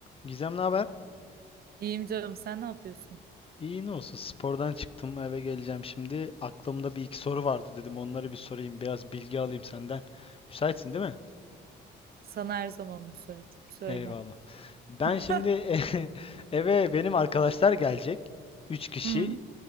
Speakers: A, on the left; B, on the right.
A: Gizem ne haber?
B: İyiyim canım, sen ne yapıyorsun?
A: İyi ne olsun. Spordan çıktım eve geleceğim şimdi. Aklımda bir iki soru vardı dedim. Onları bir sorayım. Biraz bilgi alayım senden. Müsaitsin değil mi?
B: Sana her zaman müsaitim. Söyle.
A: Eyvallah. Ben
B: <laughs>
A: şimdi <laughs> eve benim arkadaşlar gelecek. Üç kişi.
B: Hı,